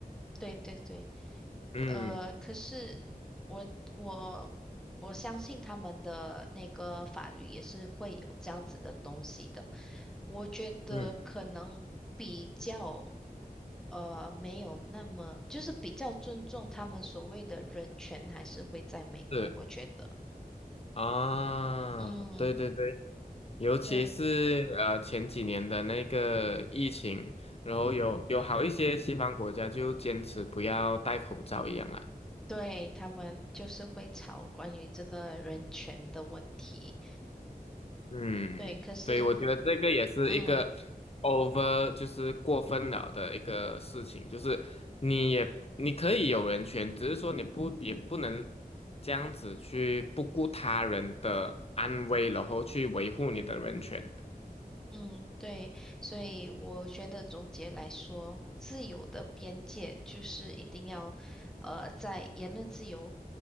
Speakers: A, in the centre; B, on the left.
A: 对对对。
B: 嗯
A: 呃，可是我我我相信他们的那个法律也是会有这样子的东西的。我觉得可能比较
B: 嗯，
A: 呃没有那么，就是比较尊重他们所谓的人权，还是会在美国，
B: 是
A: 我觉得。
B: 啊，
A: 嗯，
B: 对对对，尤其是呃前几年的那个疫情，
A: 对
B: 然后有有好一些西方国家就坚持不要戴口罩一样啊。
A: 对，他们就是会吵关于这个人权的问题。
B: 嗯，
A: 对，可是
B: 对，我觉得这个也是一个
A: 嗯。
B: over，就是过分了的一个事情，就是你也你可以有人权，只是说你不也不能这样子去不顾他人的安危，然后去维护你的人权。
A: 嗯，对，所以我觉得总结来说，自由的边界就是一定要，呃，在言论自由，